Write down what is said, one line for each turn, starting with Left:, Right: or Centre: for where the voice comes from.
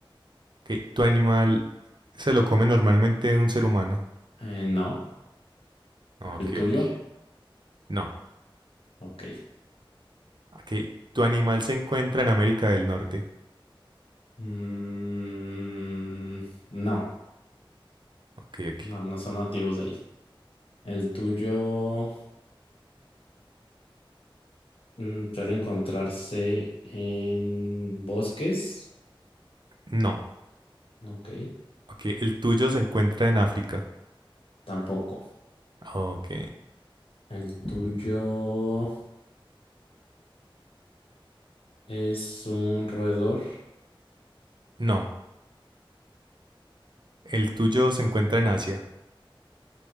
Right: Ok, ¿tu animal se lo come normalmente un ser humano?
Left: Eh, no.
Right: Ah, Ok,
Left: El tuyo,
Right: ok. No.
Left: ok.
Right: Ok, ¿tu animal se encuentra en América del Norte?
Left: Mm, no,
Right: Ok, ok.
Left: no, no son nativos de ahí. El tuyo mm, suele encontrarse en bosques.
Right: No.
Left: Ok,
Right: Ok, ¿el tuyo se encuentra en África?
Left: tampoco.
Right: Ah, Ok.
Left: El tuyo es un roedor.
Right: No. El
Left: o
Right: tuyo se encuentra en Asia.